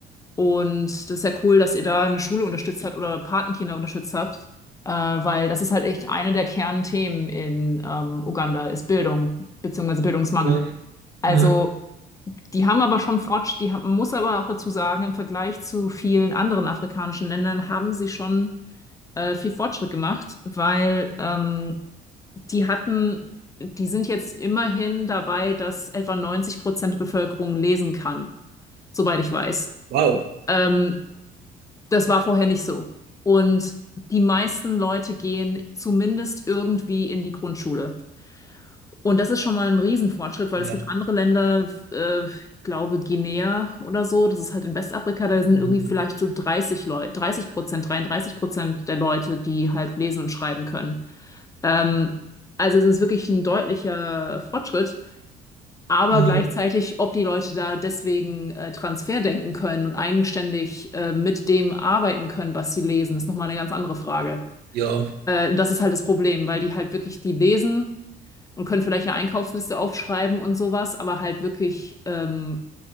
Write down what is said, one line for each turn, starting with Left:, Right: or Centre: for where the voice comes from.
Left: und das ist ja cool, dass ihr da eine Schule unterstützt habt oder Patenkinder unterstützt habt, äh, weil das ist halt echt eine der Kernthemen in ähm, Uganda, ist Bildung, beziehungsweise Bildungsmangel.
Right: Mhm.
Left: Also,
Right: Mhm.
Left: die haben aber schon Fortschritt, die haben, man muss aber auch dazu sagen, im Vergleich zu vielen anderen afrikanischen Ländern haben sie schon äh, viel Fortschritt gemacht, weil ähm, die hatten, die sind jetzt immerhin dabei, dass etwa 90 Prozent der Bevölkerung lesen kann, soweit ich weiß.
Right: Wow.
Left: Ähm, das war vorher nicht so. Und die meisten Leute gehen zumindest irgendwie in die Grundschule. Und das ist schon mal ein Riesenfortschritt, weil
Right: Ja.
Left: es gibt andere Länder, äh, ich glaube Guinea oder so, das ist halt in Westafrika, da sind
Right: Mhm.
Left: irgendwie vielleicht so 30 Leute, 30 Prozent, 33 Prozent der Leute, die halt lesen und schreiben können. Ähm, also es ist wirklich ein deutlicher Fortschritt, aber
Right: Mhm.
Left: gleichzeitig, ob die Leute da deswegen äh, Transfer denken können und eigenständig äh, mit dem arbeiten können, was sie lesen, ist nochmal eine ganz andere Frage.
Right: Ja,
Left: Äh, und das ist halt das Problem, weil die halt wirklich die lesen und können vielleicht eine Einkaufsliste aufschreiben und sowas, aber halt wirklich ähm,